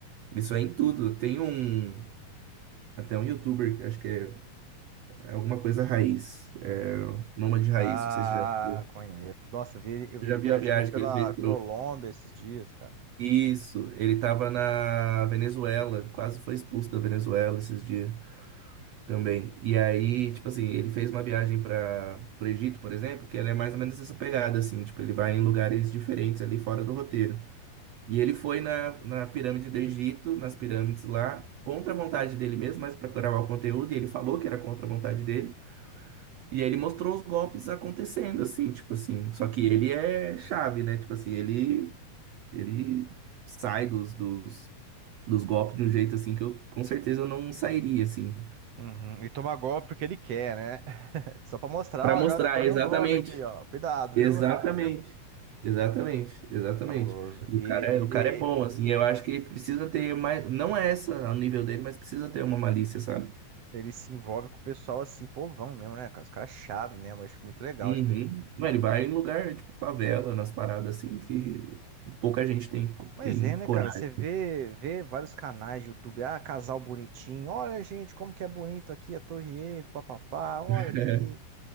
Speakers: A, on the right; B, on the right.
A: Isso é em tudo. Tem um, até um youtuber, que acho que é é alguma coisa raiz, é, Nômade Raiz,
B: Ah,
A: não sei se você já viu.
B: conheço. Nossa, eu vi ele, eu vi
A: Você já
B: ele
A: viu
B: viajando
A: a viagem
B: pela
A: que ele fez
B: Colômbia esses dias, cara.
A: Isso, ele estava na Venezuela, quase foi expulso da Venezuela esses dias também. E aí, tipo assim, ele fez uma viagem para pro Egito, por exemplo, que ela é mais ou menos essa pegada, assim, tipo, ele vai em lugares diferentes ali fora do roteiro. E ele foi na, na pirâmide do Egito, nas pirâmides lá, contra a vontade dele mesmo, mas para gravar o conteúdo, e ele falou que era contra a vontade dele. E aí ele mostrou os golpes acontecendo, assim, tipo assim. Só que ele é chave, né? Tipo assim, ele ele sai dos, dos, dos golpes de um jeito assim que eu com certeza eu não sairia assim.
B: Uhum. E toma golpe porque ele quer, né? <laughs> Só pra mostrar,
A: Pra
B: ó,
A: mostrar
B: galera, eu tomei
A: exatamente,
B: um golpe aqui, ó. Cuidado,
A: exatamente,
B: viu? <laughs>
A: exatamente, exatamente.
B: Cabuloso.
A: E
B: E
A: o cara, é-
B: ele,
A: o cara é bom assim. Eu acho que precisa ter mais, não é essa ao nível dele, mas precisa ter uma malícia, sabe?
B: ele se envolve com o pessoal assim, povão mesmo, né, cara? Os caras chave mesmo. Acho muito legal
A: Uhum.
B: isso daí.
A: Não, ele vai em lugar tipo favela, nas paradas assim que pouca gente tem
B: Mas
A: tem
B: é, né,
A: coragem.
B: cara? Você vê, vê vários canais de YouTube. Ah, casal bonitinho. Olha, gente, como que é bonito aqui a Torre Eiffel, papapá. Olha
A: <laughs>
B: aqui